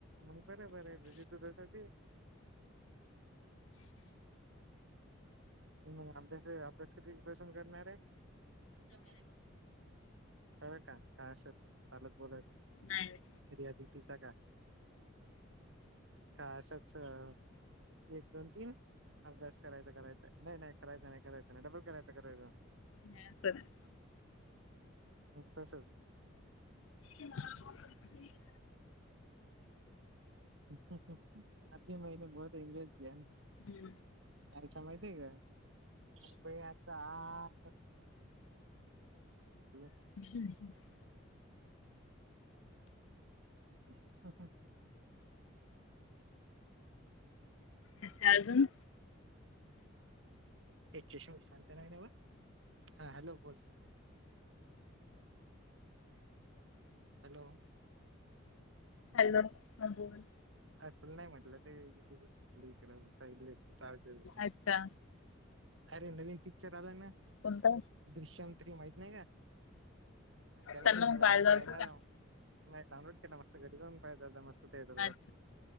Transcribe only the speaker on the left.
नायरे.
नाय असं नाय.
<unintelligible>
हूं!
<inaudible>
अच्छा अजून.
हॅलो ह बोल.
अच्छा
कोणता?
चाललं
मग बाहेर
जायचं
का?
हा!